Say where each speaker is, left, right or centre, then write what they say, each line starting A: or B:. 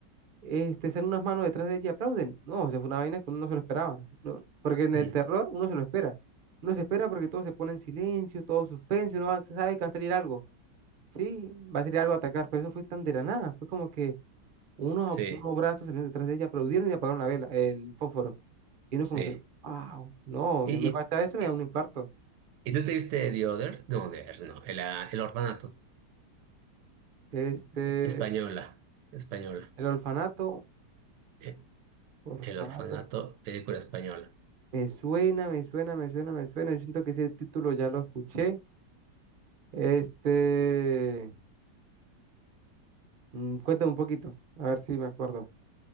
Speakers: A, on the right (about 45°); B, on the right (about 85°).
A: este, salen unas manos detrás de ella y aplauden. No, o sea, fue una vaina que uno no se lo esperaba, no, porque en el
B: Mm.
A: terror uno se lo espera. Uno se espera porque todo se pone en silencio, todo suspenso, uno va- sabe que va a salir algo. Sí, va a salir algo a atacar, pero eso fue tan de la nada, fue como que unos,
B: Sí,
A: unos brazos salieron detrás de ella, aplaudieron y apagaron la vela, el fósforo. Y uno como
B: sí.
A: que, wow, no,
B: ¿Y,
A: ya me
B: y,
A: pasa eso, me
B: y-
A: da un infarto.
B: y tú te viste The Other? No, The Other, no, el, ah, el orfanato,
A: Este,
B: eh, española, española.
A: el orfanato,
B: Eh,
A: orfanato,
B: El orfanato, película española.
A: me suena, me suena, me suena, me suena. Yo siento que ese título ya lo escuché. Este, mm, cuéntame un poquito, a ver si me acuerdo.